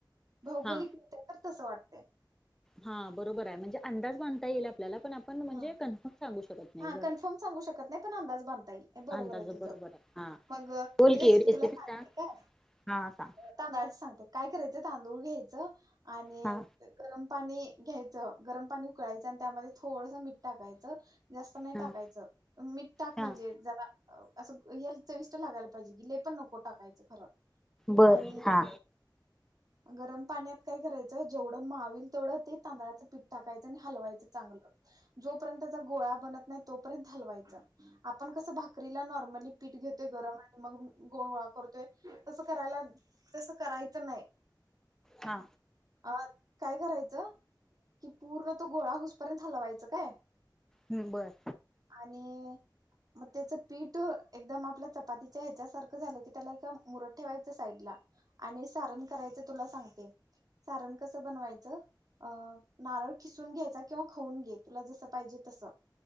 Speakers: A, on the right (about 55°); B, in the centre.
A: भौगोलिकत्या
B: हा
A: तसं वाटते
B: हा बरोबर आहे म्हणजे अंदाज बधता येईल आपल्याला पण आपण म्हणजे
A: हा
B: कन्फर्म सांगू शकत नाही
A: हा
B: ग
A: कन्फर्म सांगू शकत नाही पण अंदाज बांधता येईल, बरोबर
B: अंदाज
A: आहे तुझं,
B: बरोबर आहे हा
A: मग
B: बोल
A: मी रेसिपी
B: की
A: तुला सांगते
B: सांग
A: काय,
B: हा सांग
A: तांदळाची सांगते, काय कर तांदूळ घ्यायचं. आणि
B: हा
A: गरम. पाणी घ्यायचं, गरम पाणी उकळायचं आणि त्यामध्ये थोडसं मीठ टाकायचं. जास्त नाही
B: हा
A: टाकायचं, मीठ टाक
B: हा
A: म्हणजे जरा. असं हेल्थ चविष्ट लागायला पाहिजे की लय पण नको टाकायचं खरं.
B: बर
A: आणि
B: हा.
A: गरम पाण्यात काय करायचं जेवढं मावेल तेवढं ते तांदळाचं पीठ टाकायचं आणि हलवायचं चांगलं जोपर्यंतचा गोळा बनत नाही तो पर्यंत हलवायचं, आपण कस भाकरीला नॉर्मल पिठ घेतो गरम आणि मग गोळा करतोय तसे करायला, तस करायच नाही.
B: हा.
A: अ काय करायचं कि पूर्ण तो गोळा हुस पर्यंत हलवायचं काय?
B: हमम बर.
A: आणि मग त्याच पीठ एकदम आपल्या चपातीच्या ह्याच्यासारखं झालं की त्याला मुरत ठेवायचं साईडला आणि सारण करायचं तुला सांगते सारण कसं बनवायचं नारळ खिसून घ्यायचा किंवा खऊन घे तुला जस पाहिजे तस.